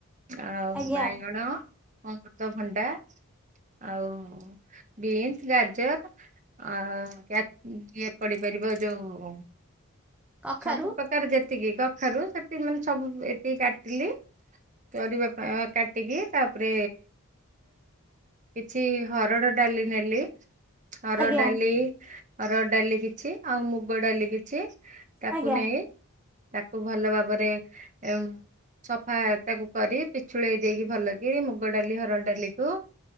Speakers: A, on the right; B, in the centre.
A: ଆଉ
B: ଆଜ୍ଞା
A: ବାଇଗଣ ଅମୃତଭଣ୍ଡା ଆଉ ବିନ୍ସ ଗାଜର ଆ ଇଏ ପଡିିପାରିବ ଯୋଉ
B: କଖାରୁ
A: ସବୁ ପ କାରେ ଯେତିକି କଖାରୁ ସେତିକ ମାନେ ସବୁ ଏତିକି କାଟିଲି। ପରିବା ପ କାଟିକି ତାପରେ କିଛି ହରଡ଼ ଡ଼ାଲି ନେଲି ହରଡ଼
B: ଆଜ୍ଞା
A: ଡାଲି ହରଡ ଡାଲି କିଛି ଆଉ ମୁଗ ଡାଲି କିଛି ତାକୁ
B: ଆଜ୍ଞା
A: ନେଇ ତାକୁ ଭଲ ଭାବରେ ଏମ୍ ସଫା ତାକୁ କରି ପିଛୁଳେଇ ଦେଇକି ଭଲ କି ମୁଗ ଡାଲି ହରଡ଼ ଡାଲିକୁୁ